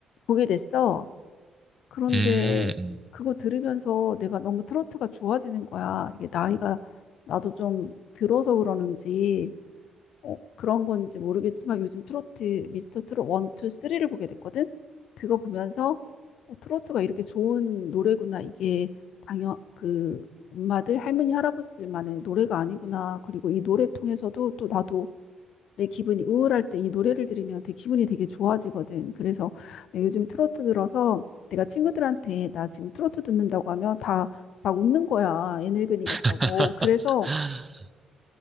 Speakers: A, on the left; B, on the right.
A: 보게 됐어. 그런데
B: 음. 음.
A: 그거 들으면서 내가 너무 트로트가 좋아지는 거야. 이게 나이가 나도 좀 들어서 그러는지 어, 그런 건지 모르겠지만 요즘 트로트 미스터 트롯 1, 2, 3를 보게 됐거든. 그거 보면서 어, 트로트가 이렇게 좋은 노래구나. 이게 당연 그 엄마들, 할머니, 할아버지들만의 노래가 아니구나. 그리고 이 노래 통해서도 또 나도 내 기분이 우울할 때 이 노래를 들으면 되게 기분이 되게 좋아지거든. 그래서 내가 요즘 트로트 들어서 내가 친구들한테 나 지금 트로트 듣는다고 하면 다 막 웃는 거야. 애늙은이
B: <laughs>
A: 같다고. 그래서